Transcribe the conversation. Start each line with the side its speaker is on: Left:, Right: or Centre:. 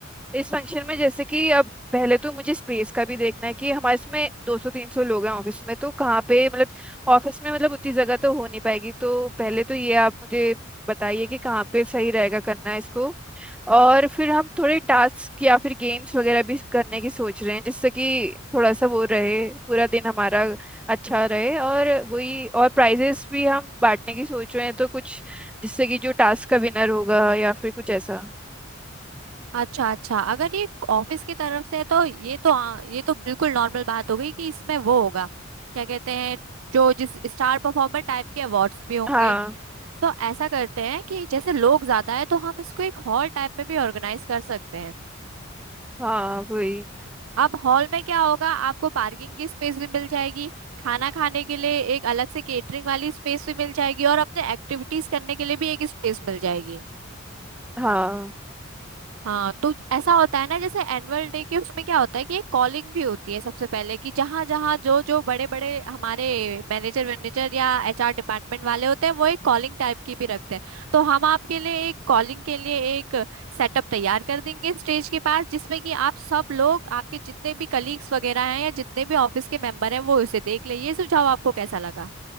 Centre: इस फंक्शन में जैसे कि अब पहले तो मुझे स्पेस का भी देखना है कि हमारे इसमें 200 300 लोग हैं ऑफिस में तो कहाँ पे मतलब ऑफिस में मतलब उतनी जगह तो हो नहीं पाएगी तो पहले तो ये आप मुझे बताइए कि कहाँ पे सही रहेगा करना है इसको और फिर हम थोड़े टास्क या फिर गेम्स वगैरह भी करने की सोच रहे हैं जिससे कि थोड़ा सा वो रहे पूरा दिन हमारा अच्छा रहे और वही और प्राइजेस भी हम बांटने की सोच रहे हैं तो कुछ जिससे कि जो टास्क का विनर होगा या फिर कुछ ऐसा
Right: अच्छा अच्छा अगर ये ऑफिस की तरफ से है तो ये तो आ, ये तो बिल्कुल नॉर्मल बात हो गई कि इसमें वो होगा क्या कहते हैं जो जिस स्टार परफॉर्मर टाइप के अवार्ड्स भी होंगे
Centre: हाँ
Right: तो ऐसा करते हैं कि जैसे लोग ज्यादा है तो हम इसको एक हॉल टाइप में भी ऑर्गेनाइज कर सकते हैं
Centre: हाँ वही
Right: अब हॉल में क्या होगा आपको पार्किंग की स्पेस भी मिल जाएगी खाना खाने के लिए एक अलग से केटरिंग वाली स्पेस भी मिल जाएगी और अपने एक्टिविटीज करने के लिए भी एक स्पेस मिल जाएगी
Centre: हाँ
Right: हाँ तो ऐसा होता है ना जैसे एनुअल डे के उसमें क्या होता है कि एक कॉलिंग भी होती है सबसे पहले कि जहाँ जहाँ जो जो बड़े बड़े हमारे मैनेजर मैनेजर या एचआर डिपार्टमेंट वाले होते हैं वो एक कॉलिंग टाइप की भी रखते हैं तो हम आपके लिए एक कॉलिंग के लिए एक सेटअप तैयार कर देंगे स्टेज के पास जिसमें कि आप सब लोग आपके जितने भी कलीग्स वगैरह हैं या जितने भी ऑफिस के मेंबर हैं वो उसे देख ले ये सुझाव आपको कैसा लगा